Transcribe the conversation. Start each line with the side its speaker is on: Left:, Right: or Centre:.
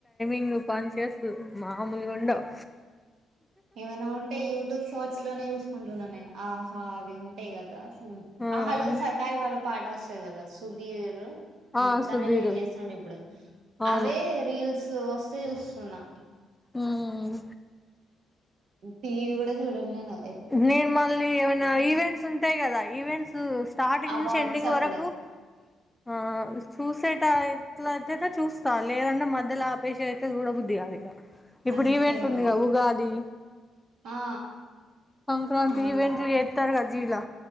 Centre: దాని పంచెస్ మామూలుగా ఉండవు
Right: ఏమైనా ఉంటే యూట్యూబ్ షార్ట్స్ లోనే చూస్తా ఉంటున్నాను నేను ఆహా అవి ఉంటవి గదా
Centre: ఆ
Right: ఆహలో సర్కారి వారి పాట వస్తాది కదా సుధీర్
Centre: ఆ
Right: తనే
Centre: సుధీరు
Right: లీడ్ చేస్తుడు ఇప్పుడు
Centre: అవును
Right: అవే రీల్స్ వస్తే చూస్తున్నా
Centre: ఉమ్
Right: టీవీ కూడా చూడట్లేను
Centre: నేను మళ్ళీ ఏమైనా ఈవెంట్స్ ఉంటాయి కదా ఈవెంట్స్ స్టార్టింగ్
Right: ఆ
Centre: నుంచి
Right: వాట్సాప్
Centre: ఎండింగ్ వరకు
Right: డు
Centre: ఆ చూసేట ఇట్ల అయితేయితే చూస్తా లేదంటే మధ్యలో ఆపేసి అయితే చూడబుద్దిగాదు ఇక ఇప్పుడు
Right: అంతే
Centre: ఈవేంటుందిగా
Right: అవి
Centre: ఉగాది
Right: ఆ
Centre: సంక్రాంతి
Right: అవునవును
Centre: ఈవెంట్లు చేతరు కద జీ లా